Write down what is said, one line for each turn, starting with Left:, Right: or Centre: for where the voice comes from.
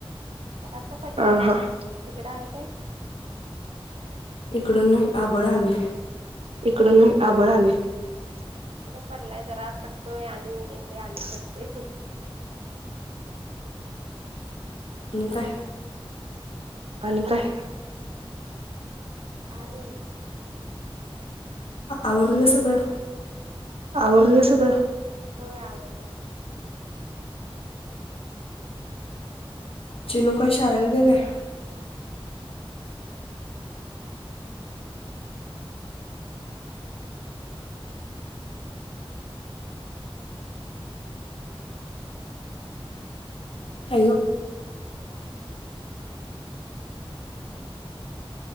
Right: जरासं पडला. हा हा. तिकडं आहे काय?
Left: इकड नाही आभाळ आलय.
Right: इकडं नाही आभाळ आलय इकड पडलाय जरा. पडतंय आणि ऊन येतंय आणि पडतय.
Left: आणि काय
Right: आणि काय काय नाही
Left: आवरलं सगळं
Right: आवरलं सगळं होय आवरल बग.
Left: चिनू काय शाळेला गेल्या. हॅलो